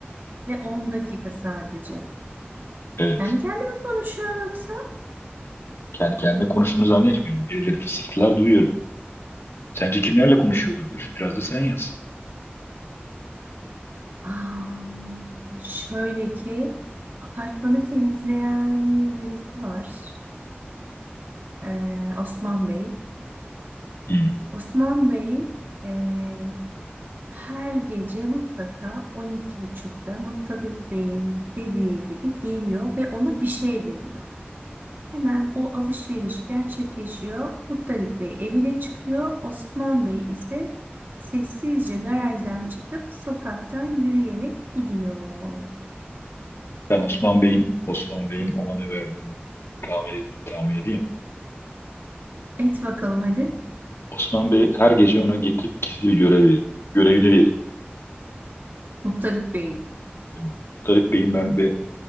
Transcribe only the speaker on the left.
evet.
Kendi kendine konuştuğunu zannetmiyorum. Birileri fısıltılar duyuyorum. Sence kimlerle konuşuyor olabilir? Biraz da sen yaz.
Hı.
Ben Osman Bey'in Osman Bey'in ona ne verdiğini tahmin, tahmin edeyim.
Osman Bey her gece ona getirip gizli bir görev veriyor. Görevini veriyor.
Evet. Tarık Bey'in ben ve